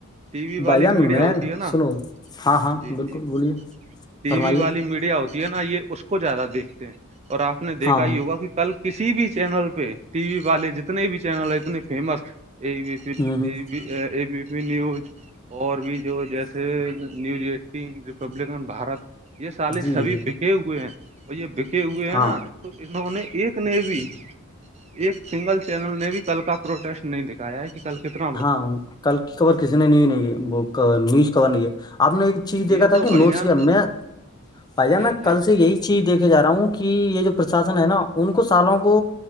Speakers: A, on the right (about 30°); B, on the left (about 20°).
A: وی
B: بھائی
A: والی
B: جان
A: میڈیا
B: میں
A: ہوتی ہے نا
B: سنو ہاں ہاں
A: جی
B: بالکل
A: جی
B: بولیے
A: ٹی
B: فرمائیے
A: وی والی میڈیا ہوتی ہے نا یہ اس کو زیادہ دیکھتے ہیں اور آپ نے دیکھا
B: ہاں
A: ہی ہوگا کہ کل کسی بھی چینل پہ ٹی وی والے جتنے بھی چینل ہے اتنے فیمس یہ پ
B: ہ
A: ا بی پی نیوز اور بھی جو جیسے نیوز ایٹین ریپبلکن بھارت یہ سارے
B: جی
A: سبھی
B: جی
A: بکے ہوئے ہیں اور یہ بکے ہوئے ہیں
B: ہاں
A: نا تو انہوں نے ایک نے بھی ایک سنگل چینل نے بھی کل کا پروٹیسٹ نہیں دیکھا کیا <unintelligible> کل کتر
B: ہاں کل کی خبر کسی نے نی نہیں ہے وہ نیوز خبر نہیں ہے آپ نے ایک چیز دیکھا
A: یہ
B: تھا
A: تو
B: کہ
A: بھائی
B: نوٹس
A: جان
B: کیا میں پائی جپ
A: جی
B: ن
A: جی
B: کل سے یہی چیز دیکھے جا رہا ہوں کہ یہ جو پرشاسن ہے نا ان کو سالوں کو